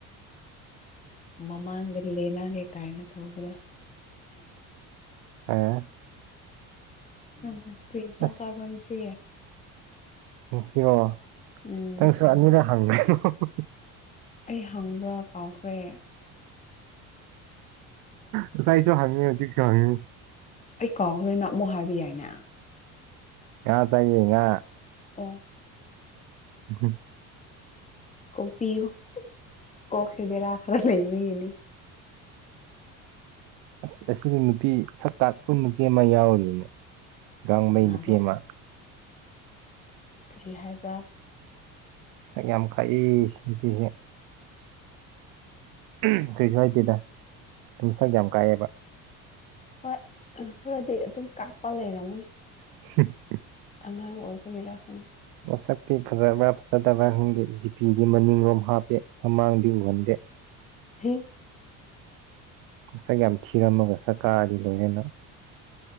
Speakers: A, on the left; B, on the right.
A: ꯃꯃꯥꯡꯗ ꯂꯦꯅꯒꯦ ꯀꯥꯏꯅ ꯇꯧꯕꯗ
B: ꯑꯦ
A: ꯅꯪꯗꯤ ꯀ꯭ꯔꯤ ꯏꯟꯁꯥꯡ
B: ꯑꯁ
A: ꯆꯥꯕ꯭ꯔꯥ ꯉꯁꯤ
B: ꯉꯥꯁꯤꯔꯣ
A: ꯎꯝ
B: ꯅꯪꯁꯨ ꯑꯅꯤꯔ ꯍꯪꯒ꯭ꯔꯦ <unintelligible>
A: ꯑꯩ ꯍꯪꯕ꯭ꯔꯥ ꯀꯥꯎꯈ꯭ꯔꯦ
B: ꯉꯁꯥꯏꯁꯨ ꯍꯪꯉꯦ ꯍꯧꯖꯤꯛꯁꯨ ꯍꯪꯉꯦ
A: ꯑꯩ ꯀꯥꯎꯈ꯭ꯔꯦ ꯅꯪ ꯑꯃꯨꯛ ꯍꯥꯏꯕꯤ ꯌꯥꯏꯅ
B: ꯉꯥ ꯆꯥꯏꯌꯦ ꯉꯥ
A: ꯑꯣ
B: <unintelligible>
A: ꯀꯣꯛꯄꯤꯌꯨ ꯀꯣꯛꯁꯦ ꯕꯦꯔꯥ ꯈꯔ ꯂꯩꯕꯒꯤꯅꯤ
B: ꯑꯁ ꯑꯁꯤꯗ ꯅꯨꯄꯤ ꯁꯛ ꯀꯥꯛꯄ ꯅꯨꯄꯤ ꯑꯃ ꯌꯥꯎꯔꯤꯅꯦ ꯒꯥꯡꯃꯩ
A: ꯀꯅꯥꯔꯣ
B: ꯅꯨꯄꯤ ꯑꯃ
A: ꯀꯥꯔꯤ ꯍꯥꯏꯕ꯭ꯔ
B: ꯁꯛ ꯌꯥꯝ ꯀꯥꯛꯏ ꯁꯤ ꯅꯨꯄꯤꯁꯦ ꯎꯨꯝ ꯀꯩꯁꯨ ꯍꯥꯏꯗꯦꯗ ꯑꯗꯨꯨꯝ ꯁꯛ ꯌꯥꯝ ꯀꯥꯛꯑꯦꯕ
A: ꯍꯣꯏ ꯈꯔꯗꯤ ꯑꯗꯨꯝ ꯀꯥꯞꯄ ꯂꯩꯔꯝꯒꯅꯤ
B: <unintelligible>
A: ꯑꯉꯥꯡ ꯑꯣꯏꯕꯒꯤꯔꯥ ꯈꯪ
B: ꯃꯁꯛꯇꯤ ꯐꯖꯕ꯭ꯔꯥ ꯐꯖꯗꯕ꯭ꯔꯥ ꯈꯪꯗꯦ ꯗꯤꯄꯤꯗꯤ ꯃꯅꯤꯡꯂꯣꯝ ꯍꯥꯞꯄꯦ ꯃꯃꯥꯡꯗꯤ ꯎꯍꯟꯗꯦ
A: <unintelligible>
B: ꯁꯛ ꯌꯥꯝ ꯊꯤꯔꯝꯃꯒ ꯁꯛ ꯀꯥꯛꯑꯗꯤ ꯂꯣꯏꯔꯦ ꯅꯪ